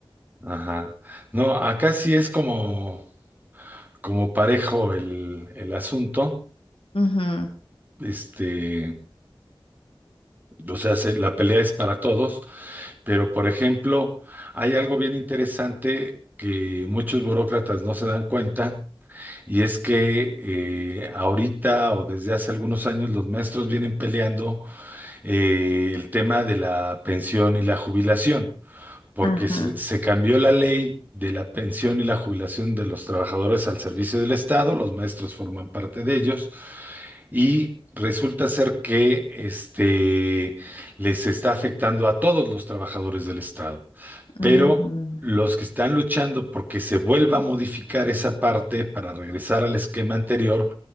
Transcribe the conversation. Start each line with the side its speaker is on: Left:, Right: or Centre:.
Right: Ajá. No, acá sí es como, como parejo el, el asunto.
Left: Ujú,
Right: Este, o sea, se- la pelea es para todos, pero por ejemplo, hay algo bien interesante que muchos burócratas no se dan cuenta, y es que eh, ahorita o desde hace algunos años los maestros vienen peleando eh, el tema de la pensión y la jubilación. porque
Left: Ajá,
Right: se, se cambió la ley de la pensión y la jubilación de los trabajadores al servicio del Estado, los maestros forman parte de ellos, y resulta ser que este, les está afectando a todos los trabajadores del Estado. Pero
Left: ujú,
Right: los que están luchando porque se vuelva a modificar esa parte para regresar al esquema anterior